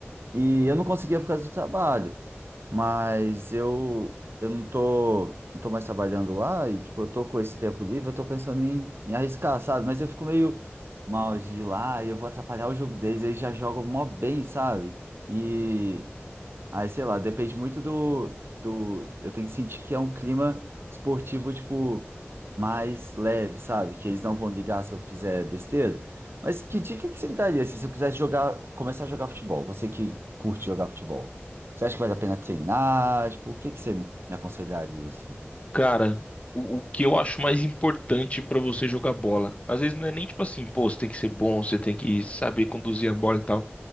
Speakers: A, on the right (about 60°); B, on the left (about 30°).
A: E eu não conseguia por causa do trabalho. Mas eu, eu não tô, não tô mais trabalhando lá e, tipo, eu tô com esse tempo livre, eu tô pensando em, em arriscar, sabe? Mas eu fico meio mal de ir lá e eu vou atrapalhar o jogo deles, eles já jogam mó bem, sabe? E Aí, sei lá, depende muito do, do. Eu tenho que sentir que é um clima esportivo, tipo, mais leve, sabe? Que eles não vão ligar se eu fizer besteira. Mas que dica que você me daria assim, se eu quisesse jogar, começar a jogar futebol? Você que curte jogar futebol. Você acha que vale a pena treinar? Tipo, o que que você me aconselharia, assim?
B: Cara, o, o que eu acho mais importante pra você jogar bola? Às vezes não é nem tipo assim, pô, você tem que ser bom, você tem que saber conduzir a bola e tal.